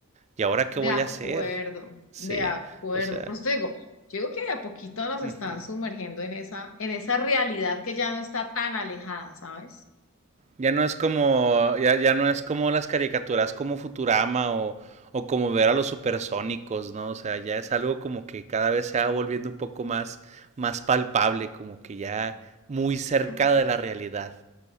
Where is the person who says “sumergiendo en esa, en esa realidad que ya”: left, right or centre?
Left